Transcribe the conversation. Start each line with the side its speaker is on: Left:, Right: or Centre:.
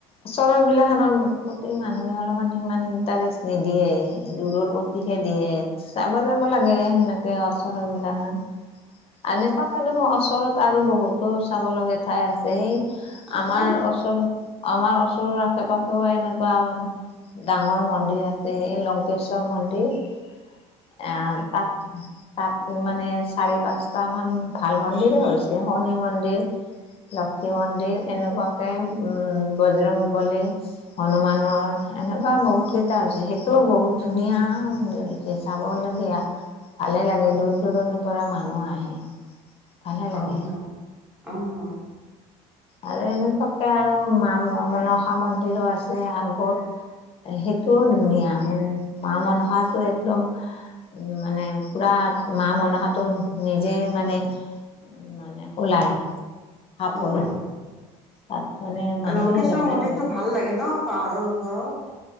Left: ওচৰৰ বিলাখনৰ প্ৰতি মানুহে অলপমান সমান ইণ্টাৰেষ্ট নিদিয়ে দূৰৰ প্ৰতি <unintelligible> দিহে দিয়ে <unintelligible> চাব যাব
Centre: আহ
Left: লাগে সেনেকে ওচৰৰবিলাক? এনেকুৱাকে দেখোন ওচৰত আৰু বহুতো চাবলগীয়া ঠাই আছ <unintelligible> আছে সেই
Centre: আছে
Left: আমাৰ ওচৰ আমাৰ ওচৰৰ আশে-পাশেও এনেকুৱা <inaudible> ডাঙৰ মন্দিৰ আছে এই লংকেশ্বৰ মন্দিৰ। <inaudible> আহ তাত-তাত মানে চাৰি, পাঁচ <unintelligible> তামান ভাল মন্দিৰে হৈছে শনি মন্দিৰ <unintelligible> লক্ষী মন্দিৰ এনেকুৱাকে উম বজৰং বলী <unintelligible> হনুমানৰ এনেকুৱা বহুত কেইটা হৈছে। সেইটোও বহুত ধুনীয়া মন্দিৰ। <unintelligible> চাবলগীয়া ভালে লাগে দূৰ-দূৰণিৰ পৰা মানুহ আহে। <inaudible> <unintelligible> ভালে লাগে।
Centre: আহ আহ আহ <inaudible>
Left: আৰু এনেকুৱাকে আৰু মা মনসা মন্দিৰো আছে আগত। <unintelligible> সেইটোও ধুনীয়া মন মা মনসাটো একদম <inaudible> উম মানে পুৰা মা মনসাটো নিজেই মানে <unintelligible> মানে ওলায় সাফ
Centre: আহ
Left: হয় <unintelligible> তাত মানে মানুহে
Centre: অ লংকেশ্বৰ
Left: দেখায়ে
Centre: মন্দিৰটো
Left: পায়। <unintelligible>
Centre: ভাল লাগে ন পাহাৰৰ ওপৰত? <inaudible>